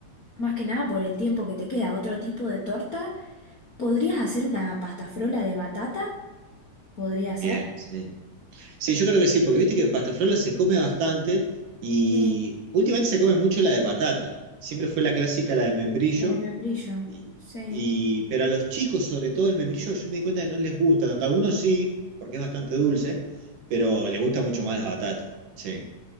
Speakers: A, on the left; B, on the right.
A: más que nada por el tiempo que te queda, otro tipo de torta, ¿podrías hacer una pastafrola de batata? ¿Podría
B: bien,
A: ser?
B: sí. Sí, yo creo que sí, porque viste que pasta pastafrola se come bastante y
A: Sí,
B: últimamente se come mucho la de batata. Siempre fue la clásica, la de membrillo,
A: la de membrillo,
B: Y,
A: sí.
B: y- pero a los chicos, sobre todo el membrillo, yo me di cuenta que no les gusta tanto. A Algunos sí, porque es bastante dulce, pero le gusta mucho más la batata. Sí.